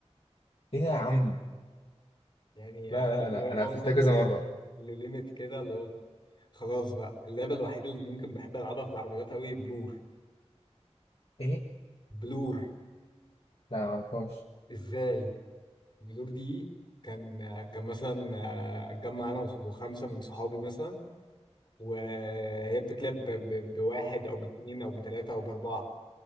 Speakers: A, on the left; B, on the left.
A: ايه ده يا عم
B: يعني
A: لا
B: عارف
A: لا لا
B: اللي هو
A: انا
B: بوصل
A: قفلتها كذا مره
B: لليميت كده اللي هو خلاص بقى اللعبة الوحيدة اللي ممكن بحب ألعبها في العربيات أوي بلور
A: ايه
B: بلور
A: لا معرفهاش
B: إزاي بلور دي كان كان مثلا آه، أتجمع أنا وخمسة من صحابي مثلا وهي بتتلعب ب- ب- بواحد أو باتنين أو بتلاتة أو بأربعة